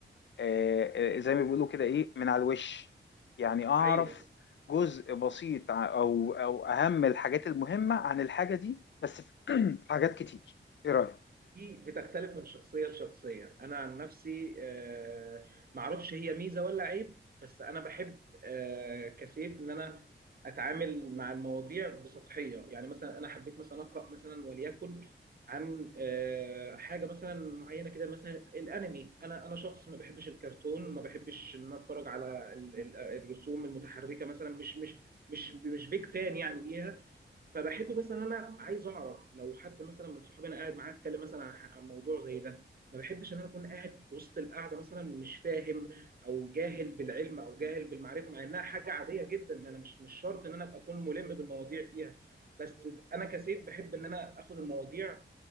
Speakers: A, on the left (about 65°); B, on the right (about 50°).
A: آه، آه، زي ما بيقولوا كده إيه من على الوش يعني أعرف
B: أيوه
A: جزء بسيط ع- أو أو أهم الحاجات المهمة عن الحاجة دي بس في <clears throat> في حاجات كتير إيه رأيك؟
B: دي بتختلف من شخصية لشخصية أنا عن نفسي آه، معرفش هي ميزة ولا عيب بس أنا بحب آه، كسيف إن أنا أتعامل مع المواضيع بسطحية يعني مثلا أنا حبيت مثلا أقرأ مثلا وليكن عن آه، حاجة مثلا معينة كده مثلا الأنمي أنا أنا شخص ما بحبش الكرتون ما بحبش إن أنا أتفرج على ال- ال- الرسوم المتحركة مثلا مش مش مش مش بيك فان يعني ليها فبحب مثلا انا عايز اعرف لو حد مثلا من صحابي انا قاعد معاه اتكلم مثلا عن ح- عن موضوع زي ده ما بحبش ان انا اكون قاعد في وسط القعده مثلا مش فاهم او جاهل بالعلم او جاهل بالمعرفه مع انها حاجه عاديه جدا ان انا مش مش شرط ان انا ابقى اكون ملم بالمواضيع فيها بس انا كسيف بحب ان انا اخد المواضيع